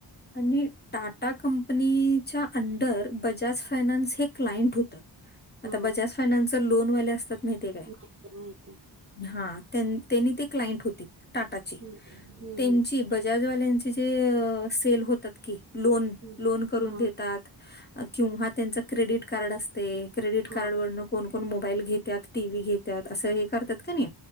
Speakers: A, on the left; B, on the right.
A: आणि टाटा कंपनीच्या अंडर बजाज फायनान्स हे क्लाइंट होत आता
B: हा
A: बजाज फायनान्स चे लोन वाले असतात माहितीये काय
B: माहित माहित
A: हा त्यांनी ते क्लाइंट होतीत टाटाची
B: हम्म हम्म
A: त्यांची बजाजवाल्यांचे जे सेल होतात की लोन
B: हम्म
A: लोन करून
B: हा
A: देतात किंवा त्यांच क्रेडिट कार्ड असतंय क्रेडिट
B: हा
A: कार्ड वरन कोण कोण मोबाईल घेत त्यात टी व्ही घेत्यात अस हे करातत कणी